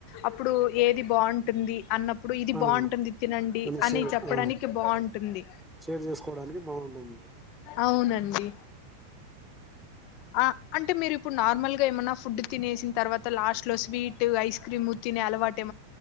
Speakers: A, on the left; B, in the centre.
A: అప్పుడు ఏది బావుటుంది అన్నప్ ఇప్పుడు ఇది
B: ఆ,
A: బావుంటుంది తినండి
B: మన
A: అని
B: షేర్
A: చెప్పడానికి
B: ఆ,
A: బావుంటుంది
B: షేర్ చేసుకోవడానికి బాగుంటుంది
A: అవునండి. అ అంటే మీరు ఇప్పుడు నార్మల్ గా ఏమన్నా ఫుడ్ తినేసిన తర్వాత లాస్ట్ లో స్వీట్, ఐస్ క్రీమ్ తినే అలవాటు ఎమ్